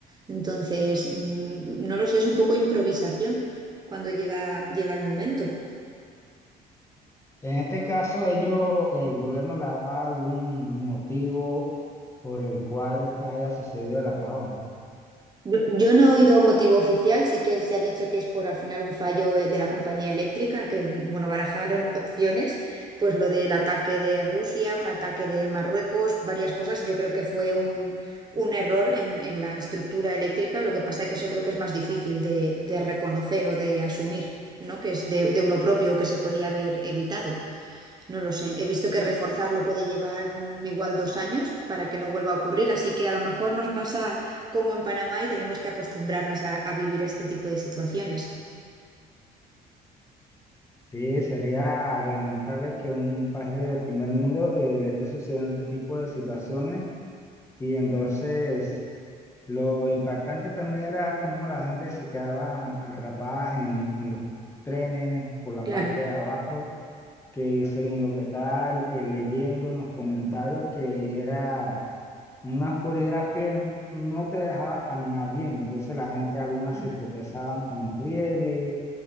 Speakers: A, on the right; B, on the left.
A: Entonces, mm, no lo sé, es un poco improvisación cuando llega, llega el momento.
B: En este caso, ellos, el gobierno le da algún motivo por el cual haya sucedido el apagón.
A: Yo, yo no he oído motivo oficial, sí que se ha dicho que es por al final un fallo eh, de la compañía eléctrica, que bueno, barajaron opciones, pues lo del ataque de Rusia, un ataque de Marruecos, varias cosas. Yo creo que fue un, un error en, en la estructura eléctrica, lo que pasa es que eso creo que es más difícil de, de reconocer o de asumir, ¿no? Que es de, de uno propio que se podía haber evitado. No lo sé. He visto que reforzarlo puede llevar mm, igual dos años para que no vuelva a ocurrir, así que a lo mejor nos pasa como en Panamá y tenemos que acostumbrarnos a, a vivir este tipo de situaciones.
B: Sí, sería lamentable que un país del primer mundo eh, le esté sucediendo este tipo de situaciones y entonces Lo impactante también era cómo la gente se quedaba atrapada en, en los trenes por la
A: Claro,
B: parte de abajo, que según lo que estaba eh, leyendo en los comentarios, que era una oscuridad que no te dejaba caminar bien. Entonces la gente, algunas
A: Ujú,
B: se tropezaban con los rieles,